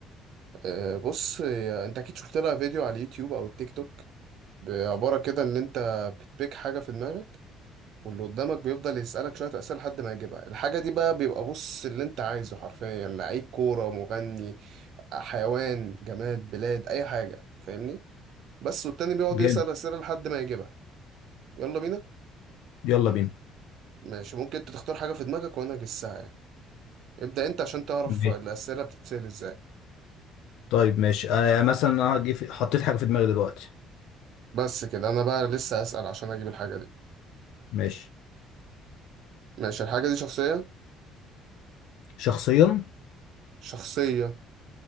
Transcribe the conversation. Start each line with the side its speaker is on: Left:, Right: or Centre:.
Right: أه بص هي- انت اكيد شفت لها فيديو على اليوتيوب او التيك توك بعباره كده ان انت بتبيك حاجه في دماغك واللي قدامك بيفضل يسالك شويه اسئله لحد ما يجيبها الحاجه دي بقى بيبقى بص اللي انت عايزه حرفيا يعني لعيب كوره مغني حيوان جماد بلاد اي حاجه فاهمني بس والتاني بيقعد
Left: جامد
Right: يسال اسئله لحد ما يجيبها يلا بينا
Left: يلا بينا
Right: ماشي ممكن انت تختار حاجة في دماغك وانا اجسها يعني ابدأ انت عشان تعرف
Left: ماشي
Right: الأسئلة بتتسأل ازاي
Left: طيب ماشي انا يعني مثلا انا هجي في... حطيت حاجه في دماغي دلوقتي
Right: بس كده انا بقى لسه أسأل عشان اجيب الحاجة دي
Left: ماشي
Right: ماشي الحاجة دي شخصية
Left: شخصيا
Right: شخصية